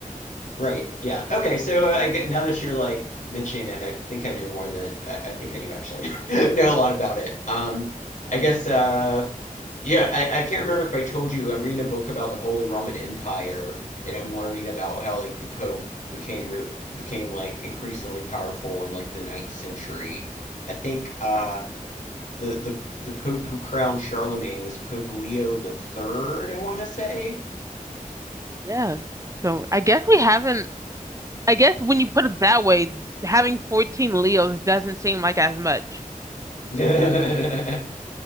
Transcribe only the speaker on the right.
Yeah. So I guess we haven't. I guess when you put it that way, having 14 Leos doesn't seem like as much.